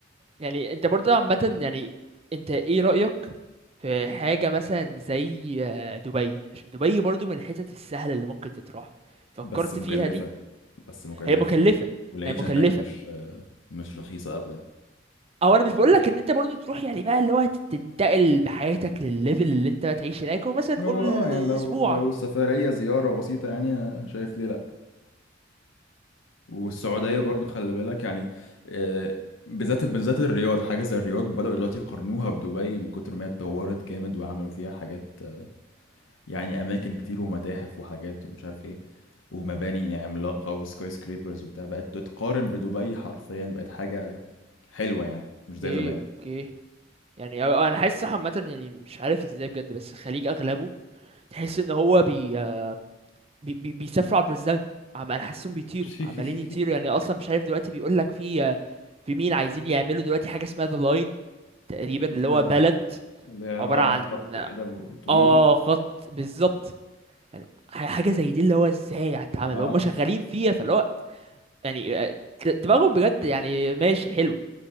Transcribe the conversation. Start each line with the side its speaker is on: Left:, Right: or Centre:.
Right: يعني انت برضه عامة يعني انت ايه رأيك في حاجة مثلا زي آه، دبي عشان دبي برضه من الحتت السهلة اللي ممكن تتراح فكرت
Left: بس مكلفه
Right: فيها دي
Left: بس مكلفه
Right: هي مكلفة
Left: والعيشه
Right: هي مكلفة
Left: هناك مش آه، مش رخيصه ابدا
Right: او انا مش بقول لك ان انت برضو تروح يعني بقى اللي هو تنتقل بحياتك للليفل اللي انت بقى تعيش هناك هو مثلا نقول
Left: هو اه يعني
Right: اسبوع
Left: لو لو سفرية زيارة بسيطة يعني أنا شايف ليه لا والسعودية
Right: يعني
Left: برضو خلي بالك يعني آه، بالذات بالذات الرياض حاجة زي الرياض بدأوا دلوقتي يقارنوها بدبي من كتر ما هي اتطورت جامد وعملوا فيها حاجات آه، يعني أماكن كتير ومتاحف وحاجات ومش عارف ايه ومباني عملاقة وسكاي سكريبرز وبتاع بقت تتقارن بدبي حرفيا بقت حاجة حلوة يعني مش زي
Right: ايه
Left: زمان
Right: اوكي يعني أو- انا حاسس صح عامه يعني مش عارف ازاي بجد بس الخليج اغلبه تحس ان هو بي, بي, بي بيسافروا عبر الزمن عم انا حاسسهم بيطيروا
Left: <laughs>
Right: عمالين يطيروا يعني اصلا مش عارف دلوقتي بيقول لك في في مين عايزين يعملوا دلوقتي حاجه اسمها ذا لاين تقريبا اللي
Left: شفتها
Right: هو بلد
Left: اللي هي عبارة
Right: عباره عن
Left: عن خط كده طويل
Right: اه خط بالظبط يعني ح- حاجه زي دي اللي هو ازاي هتتعمل
Left: اه
Right: هم شغالين فيها فاللي هو يعني آه، د- دماغهم بجد يعني ماشي حلوه